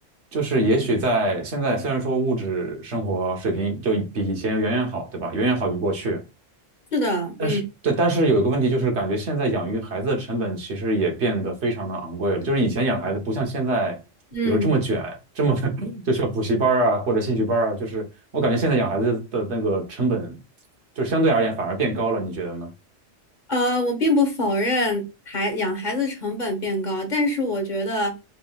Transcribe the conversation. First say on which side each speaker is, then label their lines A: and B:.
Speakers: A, on the right; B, on the left.
A: 就是也许在现在虽然说物质生活水平就比以前远远好，对吧？远远好于过去。
B: 是的，
A: 但是对，
B: 嗯
A: 但是有一个问题就是，感觉现在养育孩子的成本其实也变得非常的昂贵了。就是以前养孩子不像现在，
B: 嗯。
A: 比如说这么卷，这么 <laughs> 就需要补习班儿啊或者兴趣班儿啊。就是我感觉现在养孩子的那个成本，就相对而言反而变高了，你觉得呢？
B: 呃，我并不否认孩养孩子成本变高，但是我觉得，